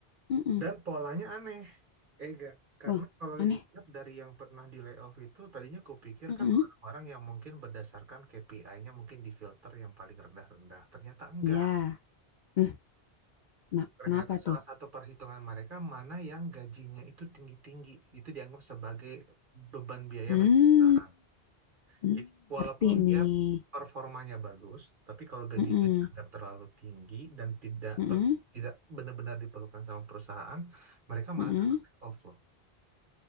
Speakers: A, on the left; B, on the right.
A: Mm-mm.
B: dan polanya aneh eh nggak karena
A: Wah,
B: kalau
A: aneh.
B: dilihat dari yang pernah di layoff itu tadinya kupikir
A: Mm-mm.
B: kan orang-orang yang mungkin berdasarkan KPI-nya mungkin di filter yang paling rendah-rendah ternyata enggak
A: Ya. Hmm, Nah,
B: Ternyata
A: kenapa
B: salah
A: tuh?
B: satu perhitungan mereka mana yang gajinya itu tinggi-tinggi, itu dianggap sebagai beban biaya
A: Hmm.
B: bagi perusahaan.
A: Hmm,
B: Jadi walaupun
A: Ngerti nih.
B: dia performanya bagus, tapi kalau gajinya
A: Mm-mm.
B: dianggap terlalu tinggi dan tidak
A: Mm-mm.
B: per- tidak benar-benar diperlukan sama perusahaan, mereka malah
A: Mm-mm.
B: kena layoff loh.